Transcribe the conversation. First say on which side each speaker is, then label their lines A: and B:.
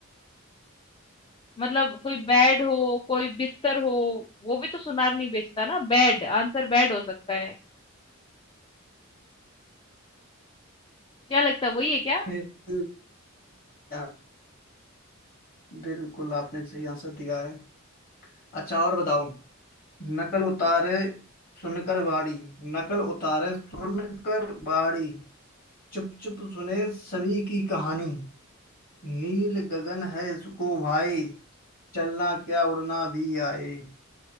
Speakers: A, on the left; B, on the left.
A: मतलब कोई बेड हो कोई बिस्तर हो वो भी तो सुनार नहीं बेचता ना बेड आंसर बेड हो सकता है क्या लगता है वही है क्या
B: है यार बिल्कुल आपने सही आंसर दिया है अच्छा और बताओ नकल उतारे सुनकर बाड़ी नकल उतारे सुनकर बाड़ी चुप चुप सुने सभी की कहानी नील गगन है इसको भाई चलना क्या उड़ना भी आए